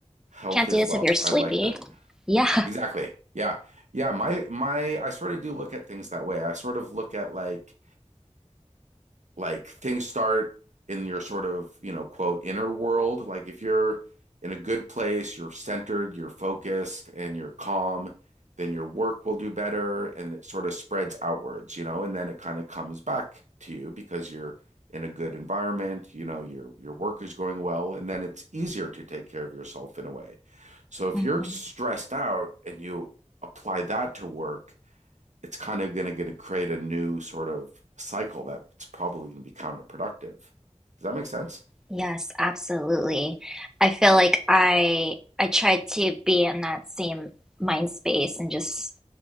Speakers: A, on the right; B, in the centre.
A: health
B: Can't
A: is
B: do this
A: wealth
B: if you're sleepy.
A: i like that
B: Yeah.
A: exactly yeah yeah my my i sort of do look at things that way i sort of look at like like things start in your sort of you know quote inner world like if you're in a good place you're centered you're focused and you're calm then your work will do better and it sort of spreads outwards you know and then it kind of comes back to you because you're in a good environment you know your your work is going well and then it's easier to take care of yourself in a way so if
B: Mhm.
A: you're stressed out and you apply that to work it's kind of going to create a new sort of cycle that's probably going to be counterproductive. Does that make sense?
B: Yes, absolutely. I feel like I I try to be in that same mind space and just,